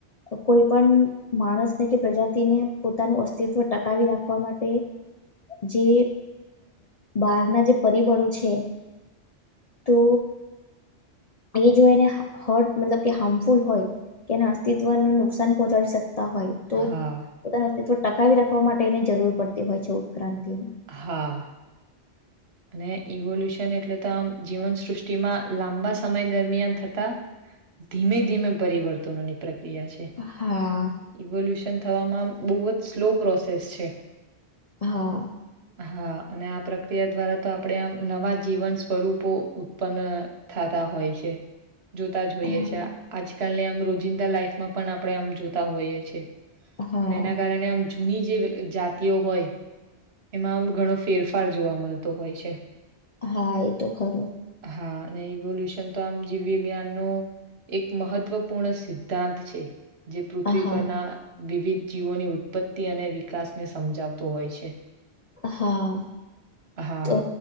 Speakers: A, on the left (about 45°); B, on the right (about 65°).
A: કોઈ પણ માણસને કે પ્રજાતિને પોતાનું અસ્તિત્વ ટકાવી રાખ આપવા માટે જે બહારના જે પરિબળો છે. તો એ જો એને હટ મતલબ કે હાર્મફુલ હોય એના અસ્તિત્વનું નુકસાન પહોચાડી શક હોય તો
B: હા
A: પોતાના અસ્તિત્વ ટકાવી રાખવા માટેની જરૂર પડતી હોય છે ઉત્ક્રાંતિ.
B: હા અને ઇવોલ્યુશન એટલે તો આમ જીવનસૃષ્ટિમાં લાંબા સમય દરમિયાન થતા ધીમે ધીમે પરિવર્તનોની પ્ર કીયા છે
A: હા
B: ઇવોલ્યુશન થવામાં બહુ જ સ્લો પ્રોસેસ છે
A: હા
B: હા અને આ પ્રક્રિયા દ્વારા તો આપણેે આમ નવા જીવન સ્વરૂપો ઉત્પન્ન થાતા હોય છે જોતા જ હોઈએ
A: હા
B: છે આજકાલને આમ રોજિંદા લાઈફમાં પણ આપણે આમ જોતા હોઈએ છે.
A: હા
B: અને એના કારણે આમ જૂની જે જાતિઓ હોય એમાંમ ઘણો ફેરફાર જોવા મલતો હોય છે.
A: હા એ તો ખરું
B: હા ને ઈવોલ્યુશન તો આમ જીવ વિજ્ઞાન નું એક મહત્વપૂર્ણ સિદ્ધાંત છે જે પૃથ્વી
A: હા
B: પરના વિવિધ જીવોની ઉત્પત્તિ અને વિકાસને સમજાવતો હોય છે.
A: હા
B: હા
A: તો